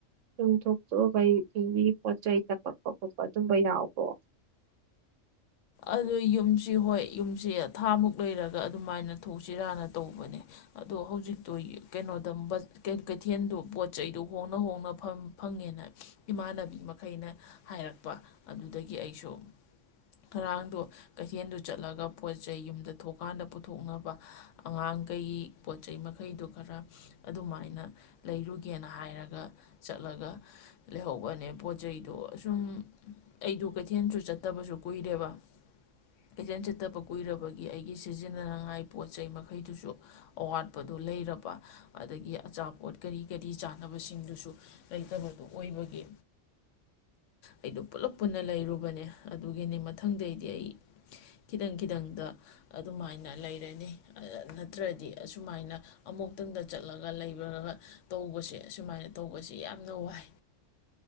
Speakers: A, on the right; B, on the left.
A: ꯌꯨꯝꯊꯇꯕꯩꯒꯤ ꯄꯣꯠ ꯆꯩꯩ ꯇꯄꯛꯄ ꯈꯣꯠꯄ ꯑꯗꯨꯝꯕ ꯌꯥꯎꯕ꯭ꯔꯣ
B: ꯑꯗꯨ ꯌꯨꯝꯁꯤ ꯍꯣꯏ ꯌꯨꯝꯁꯤ ꯊꯥꯃꯨꯛ ꯂꯩꯔꯒ ꯑꯗꯨꯃꯥꯏꯅ ꯊꯣꯛꯁꯤꯔꯥꯅ ꯇꯧꯕꯅꯦ ꯑꯗꯣ ꯍꯧꯖꯤꯛꯇꯣ ꯀꯩꯅꯣꯗ ꯀꯩꯊꯦꯜꯗꯣ ꯄꯣꯠ ꯆꯩꯗꯨꯣ ꯍꯣꯡꯅ ꯍꯣꯡꯅ ꯐꯪꯉꯦꯅ ꯏꯃꯥꯟꯅꯕꯤ ꯃꯈꯩꯅ ꯍꯥꯏꯔꯛꯄ ꯑꯗꯨꯗꯒꯤ ꯑꯩꯁꯨ ꯉꯔꯥꯡꯗꯣ ꯀꯩꯊꯦꯜꯗꯨ ꯆꯠꯂꯒ ꯄꯣꯠ ꯆꯩꯩ ꯌꯨꯝꯗ ꯊꯣꯛꯀꯥꯟꯗ ꯄꯨꯊꯣꯛꯅꯕ ꯑꯉꯥꯡꯈꯩ ꯄꯣꯠ ꯆꯩꯩ ꯃꯈꯩꯗꯣ ꯈꯔ ꯑꯗꯨꯃꯥꯏꯅ ꯂꯩꯔꯨꯒꯦꯅ ꯍꯥꯏꯔꯒ ꯆꯠꯂꯒ ꯂꯩꯍꯧꯕꯅꯦ ꯄꯣꯠ ꯆꯩꯩꯗꯣ ꯑꯁꯨꯝ ꯑꯩꯗꯨ ꯀꯩꯊꯦꯜꯁꯨ ꯆꯠꯇꯕꯁꯨ ꯀꯨꯏꯔꯦꯕ ꯑꯦꯖꯦꯟ ꯆꯠꯇꯕ ꯀꯨꯏꯔꯕꯒꯤ ꯑꯩꯒꯤ ꯁꯤꯖꯤꯟꯅꯅꯤꯡꯉꯥꯏ ꯄꯣꯠ ꯆꯩ ꯃꯈꯩꯗꯨꯁꯨ ꯑꯋꯥꯠꯄꯗꯨ ꯂꯩꯔꯕ ꯑꯗꯒꯤ ꯑꯆꯥꯄꯣꯠ ꯀꯔꯤ ꯀꯔꯤ ꯆꯥꯟꯅꯕꯁꯤꯡꯗꯨꯁꯨ ꯂꯩꯇꯕꯗꯨ ꯑꯣꯏꯕꯒꯤ ꯑꯩꯗꯣ ꯄꯨꯂꯞ ꯄꯨꯟꯅ ꯂꯩꯔꯨꯕꯅꯦ ꯑꯗꯨꯒꯤꯅꯤ ꯃꯊꯪꯗꯩꯗꯤ ꯑꯩ ꯈꯤꯇꯪ ꯈꯤꯇꯪꯗ ꯑꯗꯨꯃꯥꯏꯅ ꯂꯩꯔꯅꯤ ꯅꯠꯇ꯭ꯔꯗꯤ ꯑꯁꯨꯃꯥꯏꯅ ꯑꯃꯨꯛꯇꯪꯗ ꯆꯠꯂꯒ ꯂꯩꯕꯒ ꯇꯧꯕꯁꯦ ꯑꯁꯨꯃꯥꯏꯅ ꯇꯧꯕꯁꯦ ꯌꯥꯝꯅ ꯋꯥꯏ